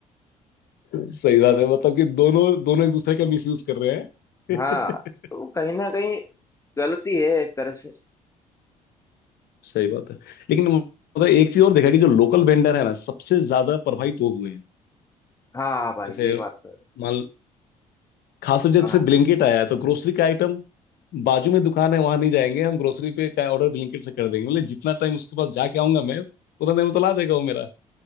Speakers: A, on the left; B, on the left.
A: बात है मतलब कि दोनों दोनों एक दूसरे का मिसयूज कर रहे हैं
B: हाँ
A: <laughs>
B: तो कहीं ना कहीं गलती है एक तरह से
A: सही बात है लेकिन मतलब एक चीज और देखा कि जो लोकल वेंडर है ना सबसे ज्यादा प्रभावित वो हुए हैं
B: हाँ भाई
A: जैसे
B: ये बात तो है
A: मान खास तौर
B: हाँ
A: से ब्लिंकिट आया है, तो ग्रोसरी का आइटम बाजू में दुकान है वहां नहीं जाएंगे हम ग्रोसरी पे का ऑर्डर ब्लिंकिट से कर देंगे मतलब जितना टाइम उसके पास जाके आऊंगा मैं उतना टाइम तो ला देगा वो मेरा